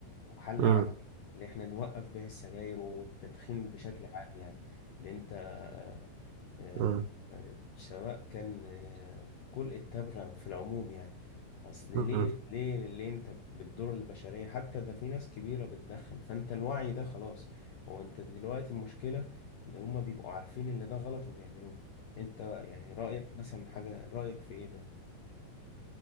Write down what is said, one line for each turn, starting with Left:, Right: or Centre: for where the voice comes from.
Left: وحل
Right: مم.
Left: عملي ان احنا نوقف بيع السجاير والتدخين بشكل عام يعني لان انت آه، آه،
Right: مم.
Left: آه، سواء كان آه، كل التبغ في العموم يعني اصل ليه
Right: مم.
Left: ليه ليه انت بتضر البشرية حتى ده في ناس كبيرة بتدخن فانت الوعي ده خلاص هو انت دلوقتي المشكلة اللي هما بيبقوا عارفين اللي ده غلط وبيعملوه انت يعني رأيك مثلا حاجة رأيك في ايه ده؟